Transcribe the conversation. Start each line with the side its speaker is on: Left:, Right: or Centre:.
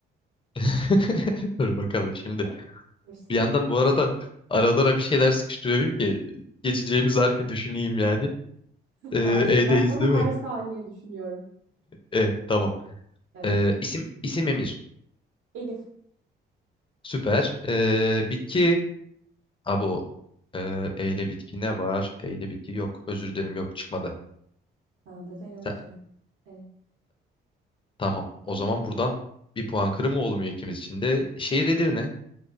Left: <laughs> Dur bakalım şimdi.
Right: Bakalım. Hırslıyım.
Left: Bir yandan bu arada aralara bir şeyler sıkıştırıyorum ki geçeceğimiz harfi düşüneyim yani.
Right: <laughs>
Left: Ee,
Right: Ben,
Left: E'deyiz
Right: ben zaten
Left: değil
Right: her
Left: mi?
Right: saniye düşünüyorum.
Left: E tamam.
Right: Evet.
Left: Ee, isim isim Emir.
Right: Elif.
Left: Süper. Ee, bitki abo. Ee, E ile bitki ne var? E ile bitki yok. Özür dilerim yok çıkmadı.
Right: Bende de yok
Left: Sen,
Right: ki. E,
Left: Tamam. O zaman
Right: yok.
Left: buradan bir puan kırımı olmuyor ikimiz için de. Şehir Edirne.